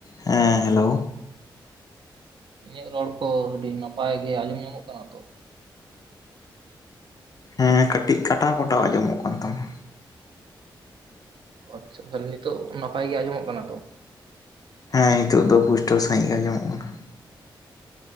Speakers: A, on the left (about 40°); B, on the right (about 60°).
A: ᱦᱮᱸ ᱦᱮᱞᱳ᱾
B: ᱤᱧᱟᱹᱜ ᱨᱚᱲ ᱠᱚ ᱟᱹᱰᱤ ᱱᱟᱯᱟᱭ ᱜᱮ ᱟᱸᱡᱚᱢ ᱧᱟᱢᱚᱜ ᱠᱟᱱᱟ ᱛᱚ?
A: ᱦᱮᱸ ᱠᱟᱹᱴᱤᱡ ᱠᱟᱴᱟᱣ ᱠᱚᱴᱟᱣ ᱟᱸᱡᱚᱢᱚᱜ ᱠᱟᱱ ᱛᱟᱢᱟ᱾
B: ᱟᱪᱪᱷᱟ ᱛᱟᱦᱚᱞᱮ ᱱᱤᱛᱳᱜ ᱱᱟᱯᱟᱭ ᱜᱮ ᱟᱸᱡᱚᱢᱚᱜ ᱠᱟᱱᱟ ᱛᱚ?
A: ᱦᱮᱸ ᱱᱤᱛᱚᱜ ᱫᱚ ᱯᱩᱥᱴᱟᱹᱣ ᱥᱟᱹᱦᱤᱡ ᱟᱸᱡᱚᱢᱚᱜ ᱠᱟᱱᱟ᱾